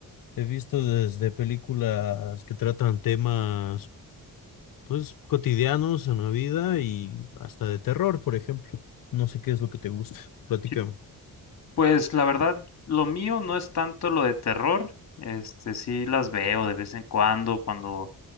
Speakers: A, on the left; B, on the left.
A: he visto desde películas que tratan temas pues cotidianos en la vida y hasta de terror, por ejemplo. No sé qué es lo que te gusta. Platícame.
B: Sí, pues la verdad, lo mío no es tanto lo de terror, este, sí las veo de vez en cuando, cuando